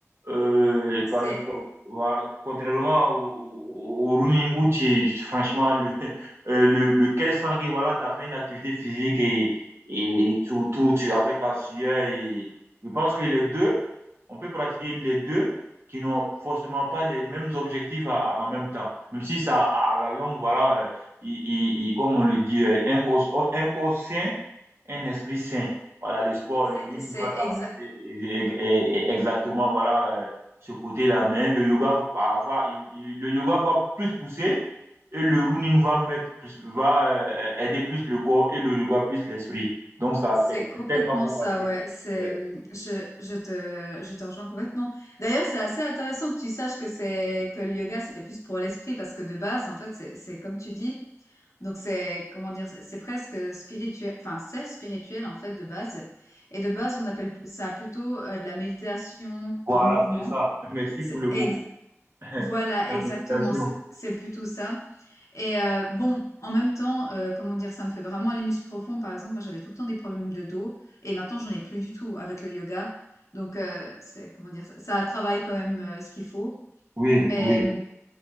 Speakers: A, on the right; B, on the left.
A: Euh,
B: C'est,
A: par, voilà, contrairement au, au running où tu es, franchement, le, <laughs> euh, le, le 1500 que voilà, tu as fait une activité physique et, et tout, tout, tu- avec la sueur. Et, je pense que les deux, on peut pratiquer les deux qui n'ont forcément pas les mêmes objectifs à- à- en même temps. Même si ça, à, à la longue, voilà, euh, il- il- il- comme on le dit, euh, un corps, oh, un corps sain, un esprit sain. Voilà, le sport,
B: c'est,
A: le rugby
B: c'est
A: va t'apporter
B: exa-
A: e- e- e- exactement voilà, euh, ce côté-là. Mais le yoga va avoir, il- il- le yoga va plus pousser et le running va mettre plus, va euh, aider plus le corps et le yoga plus l'esprit. Donc ça,
B: c'est
A: c'est
B: complètement
A: c'est tellement compatible.
B: ça, ouais. C'est,
A: Ouais.
B: hum, je, je te, je te rejoins complètement. D'ailleurs, c'est assez intéressant que tu saches que c'est, que le yoga, c'est plus pour l'esprit parce que de base, en fait, c'est, c'est comme tu dis. Donc c'est, comment dire, c'est c'est presque spirituel, enfin c'est spirituel en fait de base. Et de base, on appelle ça plutôt euh, de la méditation
A: Voilà,
B: en mouvement.
A: c'est ça. Merci
B: C'est
A: pour le
B: ex-
A: mot. <laughs>
B: voilà,
A: La
B: exactement,
A: méditation.
B: c'est c'est plutôt ça. Et euh, bon, en même temps, euh, comment dire, ça me fait vraiment les muscles profonds. Par exemple, moi j'avais tout le temps des problèmes de dos et maintenant j'en ai plus du tout avec le yoga. Donc euh, c'est, comment dire, ça, ça travaille quand même euh, ce qu'il faut.
A: Oui,
B: Mais
A: oui.